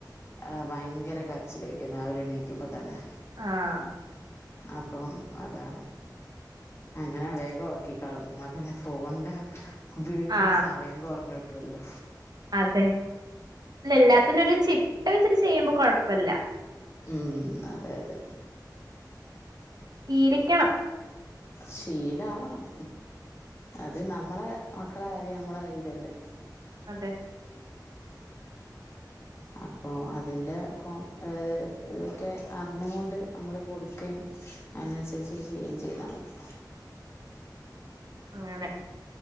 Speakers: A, on the left (about 35°); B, on the right (about 60°).
A: ആഹ് ഭയങ്കര കരച്ചിലേക്കും രാവിലെ എണീക്കുമ്പോ തന്നെ
B: ആഹ്
A: അപ്പം അതാണ് അങ്ങനെ വേഗം ഉറക്കിക്കാളും എന്നാ പിന്നെ ഫോണിന്റെ ഉപയോഗിക്കുന്ന
B: ആ
A: സമയം കുറഞ്ഞ് കിട്ടുവല്ലോ
B: അതെ എല്ലാത്തിനും ഒരു ചിട്ട വെച്ചിട്ട് ചെയ്യുമ്പോ കൊഴപ്പല്ല
A: ഉം അതെ അതെ
B: ഇരിക്കണം
A: ശീലവണം അത് നമ്മടെ മക്കള കാര്യം നമ്മളെ കയ്യിലല്ലേ
B: അതെ <inaudible>
A: അപ്പോൾ അതിൻ്റെ കോൺ ഇതൊക്കെ അറിഞ്ഞും കൊണ്ട് നമ്മൾ കൊടുക്കുകയും അതിനനുസരിച്ച് ചെയ്യുകയും ചെയ്താൽ മതി
B: അങ്ങനെ